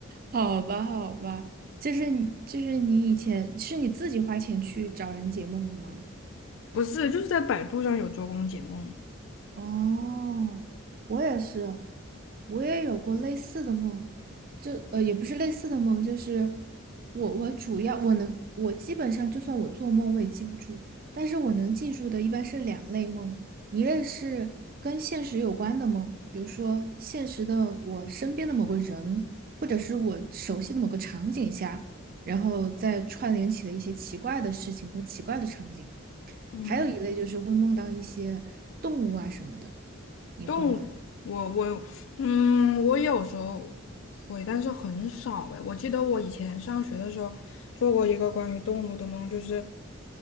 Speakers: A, on the right (about 45°); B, on the left (about 65°).
A: 好吧，好吧，就是你，就是你以前是你自己花钱去找人解梦的吗？
B: 不是，就是在百度上有周公解梦。
A: 哦，我也是，我也有过类似的梦，就呃也不是类似的梦，就是我我主要我能我基本上就算我做梦我也记不住，但是我能记住的一般是两类梦，一类是跟现实有关的梦，比如说现实的我身边的某个人，或者是我熟悉的某个场景下，然后再串联起了一些奇怪的事情或奇怪的场景。
B: 嗯，
A: 还有一类就是会梦到一些动物啊什么的，你会吗？
B: 动，物，我我嗯，我有时候会，但是很少哎。我记得我以前上学的时候做过一个关于动物的梦，就是。